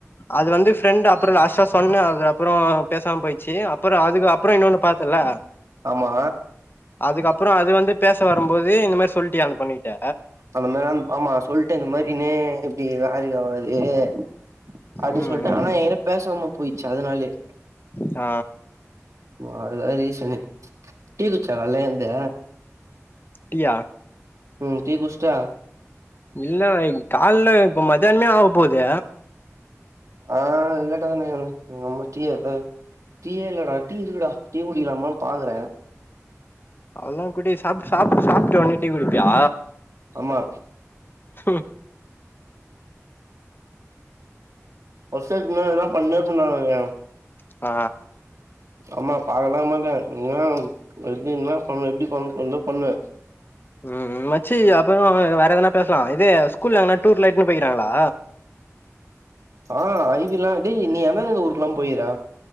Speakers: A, on the left; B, on the right.
A: அது வந்து ஃப்ரெண்ட் அப்றோ லாஸ்ட் டா சொனனே அதுக்கு அப்றோ பேசாம போய்ருச்சு அப்றோ அதுக்கு அப்றோ இன்னொன்னு பாத்தல
B: ஆமா
A: அதுக்கப்றோ அது வந்து பேச வரும் போது இந்த மாதிரி சொல்ட்டியா அந்த பொண்ணுட்ட
B: அந்த மாரிலா ஆமா சொல்ட்டு இந்த மாரினே இப்டி இது வேலைக்கு ஆவாதுன்னே அப்டின்னு
A: ம்
B: சொல்ட்டே
A: ம்
B: ஆனா எங்கிட்ட பேசாம பொய்ட்ச்சி அதுனாலையே
A: அ
B: அத ரீசன்னு டீ குட்சியா கால்ல எழ்ந்து
A: டீயா
B: ம்ம் டீ குட்சிட்டே
A: இல்ல கால்ல இப்ப மத்தியானமே ஆக போது
B: ஆ இல்லாட தம்பி இனிமே டீ எங்க டீ ஏ இல்ல டா டீ இருக்குடா டீ குடிலாமனு பாக்குறே
A: அவல்தா குடி சாப் சாப் சாப்ட்டு வன்ட்டு டீ குடுப்பியா
B: ஆமா
A: ம்
B: ஒசேக்லா அது மாரி எதனா பண்ணிணே இருப்போ நாங்க
A: அ
B: ஆமா பாக்கல மாட்டே எ என்ன என்னா பண்ண எப்டி பண்ண தோணுதோ பண்ணு
A: ம் மச்சி அப்றோ வேற எதனா பேசலா இதே ஸ்கூல்லல எங்கனா டூர்ல இட்டுன்னு பொயிக்காங்ளா
B: ஆ ஐ வி லா டே நீ எந்தெந்த ஊர்குல்லா பொய்க்குற